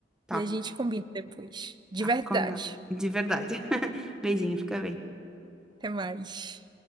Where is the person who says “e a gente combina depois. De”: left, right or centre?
Right